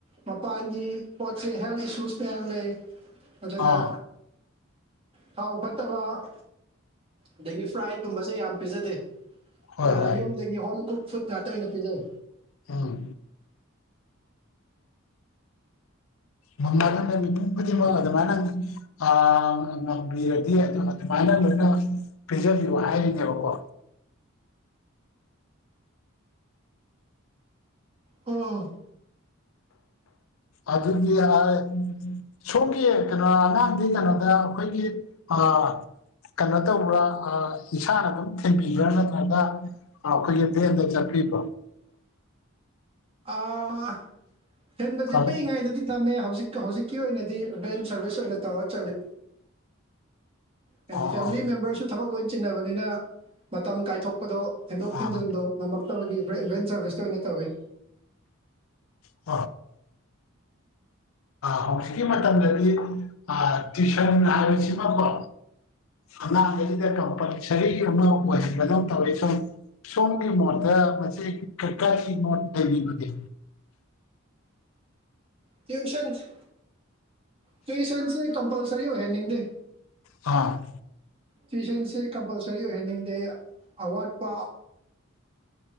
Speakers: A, on the right (about 25°); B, on the left (about 80°).
A: ꯃꯄꯥꯟꯒꯤ ꯄꯣꯠ ꯆꯩꯩ ꯍꯦꯜꯊ ꯏꯁꯨꯁ ꯃꯌꯥꯝ ꯂꯩ ꯑꯗꯨꯅ
B: ꯑꯥ
A: ꯊꯥꯎ ꯐꯠꯇꯕ ꯑꯗꯒꯤ ꯐ꯭ꯔꯥꯏꯠ ꯀꯨꯝꯕꯁꯦ ꯌꯥꯝꯅ ꯄꯤꯖꯗꯦ
B: ꯍꯣꯏ
A: ꯑꯗꯨꯅ
B: ꯍꯣꯏ
A: ꯌꯨꯝꯗꯒꯤ ꯍꯣꯝ ꯀꯨꯛ ꯐꯨꯗ ꯉꯥꯛꯇ ꯑꯣꯏꯅ ꯄꯤꯅꯩ
B: ꯑꯥ ꯃꯥꯃꯥꯅ ꯍꯥꯏ ꯃꯤ ꯈꯨꯗꯤꯡꯃꯛ ꯑꯗꯨꯃꯥꯏꯅ <unintelligible> ꯑꯥ ꯉꯝꯕꯤꯔꯗꯤ ꯑꯗꯨꯃꯥꯏꯅ ꯂꯣꯏꯅ ꯄꯤꯖꯕꯤꯌꯨ ꯍꯥꯏꯔꯤꯅꯦꯕꯀꯣ
A: ꯎꯝ
B: ꯑꯗꯨꯗꯤ ꯍꯥꯏ ꯁꯣꯝꯒꯤ ꯀꯩꯅꯣ ꯑꯉꯥꯡꯗꯤ ꯀꯩꯅꯣꯗ ꯑꯩꯈꯣꯏꯒꯤ ꯑꯥ ꯀꯩꯅꯣ ꯇꯧꯕ꯭ꯔꯥ ꯑꯥ ꯏꯁꯥꯅ ꯑꯗꯨꯝ ꯊꯤꯟꯕꯤꯕ꯭ꯔꯥ ꯅꯠꯇ꯭ꯔꯒ ꯑꯥ ꯑꯩꯈꯣꯏꯒꯤ ꯚꯦꯟꯗ ꯆꯠꯄꯤꯕ꯭ꯔꯥ
A: ꯑꯥ ꯊꯤꯟꯕꯁꯦ
B: ꯑꯣ
A: ꯄꯤꯛꯏꯉꯩꯗꯗꯤ ꯊꯝꯃꯦ ꯍꯧꯖꯤꯛ ꯍꯧꯖꯤꯛꯀꯤ ꯑꯣꯏꯅꯗꯤ ꯚꯦꯟ ꯁꯔꯚꯤꯁ ꯑꯣꯏꯅ ꯇꯧꯔ ꯆꯠꯂꯦ ꯍꯥꯏꯗꯤ
B: ꯑꯣ
A: ꯐꯦꯃꯤꯂꯤ ꯃꯦꯝꯕꯔꯁꯨ ꯊꯕꯛ ꯂꯣꯏ ꯆꯤꯟꯅꯕꯅꯤꯅ ꯃꯇꯝ ꯀꯥꯏꯊꯣꯛꯄꯗꯣ ꯊꯤꯟꯗꯣꯛ ꯊꯤꯟꯖꯤꯟꯗꯣ
B: ꯑꯥ
A: ꯉꯝꯃꯛꯇꯕꯒꯤ ꯚꯦꯟ ꯁꯥꯔꯚꯤꯁꯁꯇ ꯑꯣꯏꯅ ꯇꯧꯏ
B: <unintelligible> ꯍꯧꯖꯤꯛꯀꯤ ꯃꯇꯝꯗꯗꯤ ꯇꯨꯋꯏꯁꯟ ꯍꯥꯏꯕꯁꯤꯃꯀꯣ ꯑꯉꯥꯡꯒꯩꯗ ꯀꯝꯄꯜꯁꯔꯤ ꯑꯃ ꯑꯣꯏꯍꯟꯕꯗꯧꯅ ꯇꯧꯔꯤ ꯁꯨꯝ ꯁꯣꯝꯒꯤ ꯃꯣꯠꯇ ꯃꯁꯤ ꯀꯔꯤ ꯃꯣꯠ ꯂꯩꯕꯤꯕꯒ
A: ꯇꯨꯋꯏꯁꯟꯁ ꯇꯨꯏꯁꯟꯁꯦ ꯀꯝꯄꯜꯁꯔꯤ ꯑꯣꯏꯍꯟꯅꯤꯡꯗꯦ
B: ꯍꯥꯥ
A: ꯇꯨꯋꯏꯁꯟꯁꯤ ꯀꯝꯄꯜꯁꯔꯤ ꯑꯣꯏꯍꯟꯅꯤꯡꯗꯦ ꯑꯋꯥꯠꯄ